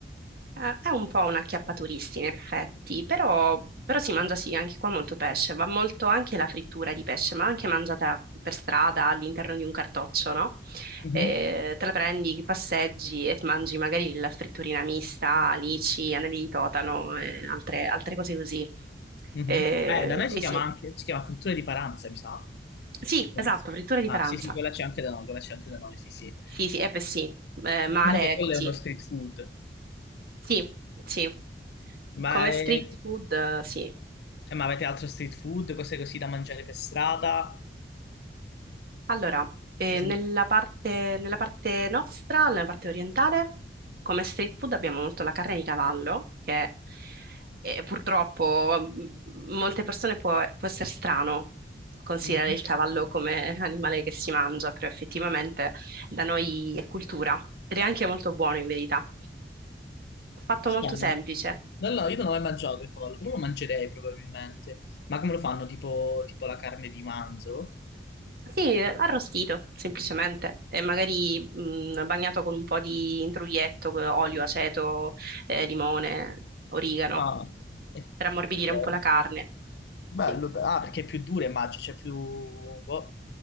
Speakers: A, on the right; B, on the left.
A: Eh, È un po' una acchiappaturisti in effetti, però, però si mangia sì, anche qua molto pesce, va molto anche la frittura di pesce, ma anche mangiata per strada all'interno di un cartoccio, no?
B: Mhm,
A: Eh, te la prendi, passeggi e ti mangi magari la fritturina mista, alici, anelli di totano e altre, altre cose così.
B: mhm.
A: Eh,
B: Eh, da noi
A: poi
B: si chiama
A: sì,
B: anche, si chiama frittura di Paranza, mi sa.
A: sì,
B: Penso.
A: esatto, frittura di
B: Ah,
A: paranza.
B: sì, sì, quella c'è anche da noi, quella c'è anche da noi, sì, sì.
A: Sì, sì, eh beh sì, Eh,
B: Diciamo
A: mare
B: che
A: è
B: quello
A: così.
B: è uno street food.
A: Sì, sì,
B: Ma,
A: come
B: è-
A: street food, eh, sì.
B: eh, ma avete altro street food, cose così da mangiare per strada?
A: Allora, eh,
B: Cosa
A: nella
B: ne pensi?
A: parte, nella parte nostra, nella parte orientale, come street food abbiamo molto la carne di cavallo, che eh, purtroppo m- molte persone può, può essere strano considerare
B: Mhm.
A: il cavallo come <laughs> animale che si mangia, però effettivamente da noi è cultura ed è anche molto buono in verità. Fatto
B: Strano.
A: molto semplice.
B: No, no, io non ho mai mangiato il cavallo, però lo mangerei probabilmente. Ma come lo fanno? Tipo, tipo la carne di manzo?
A: Sì, arrostito semplicemente, e magari mh, bagnato con un po' di intruglietto, co- olio, aceto, eh, limone, origano,
B: Ah, eh,
A: per ammorbidire
B: ok.
A: un po' la carne.
B: Bello,
A: Sì.
B: be- ah, perché è più dura, immagino, c'è più... boh,